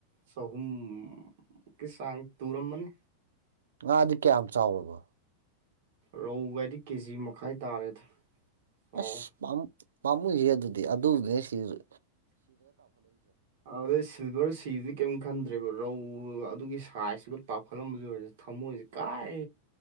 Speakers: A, on the right; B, on the right.
A: ꯆꯍꯨꯝꯨꯀꯤ ꯆꯥꯡ ꯇꯨꯔꯝꯃꯅꯤ
B: ꯉꯥꯗꯤ ꯀꯌꯥꯝ ꯆꯥꯎꯔꯕꯣ
A: ꯔꯧꯒꯗꯤ ꯀꯦꯖꯤ ꯃꯈꯥꯏ ꯇꯥꯔꯦꯗ ꯆꯥꯎꯔꯦ
B: ꯑꯁ ꯄꯝ ꯄꯝꯨ ꯁꯤ ꯑꯗꯨꯗꯤ ꯑꯗꯨꯅꯦ ꯁꯤꯔ
A: ꯑꯗꯤ ꯁꯤꯜꯚꯔ ꯁꯤꯗꯤ ꯀ ꯈꯟꯗ꯭ꯔꯦꯕ ꯔꯧ ꯑꯗꯨꯒꯤ ꯁꯥꯏꯖꯇꯨꯒ ꯇꯥꯎꯈꯠꯂꯝꯕꯗꯨ ꯑꯣꯏꯔꯁꯦ ꯊꯝꯃꯣꯏꯁꯦ ꯀꯥꯏ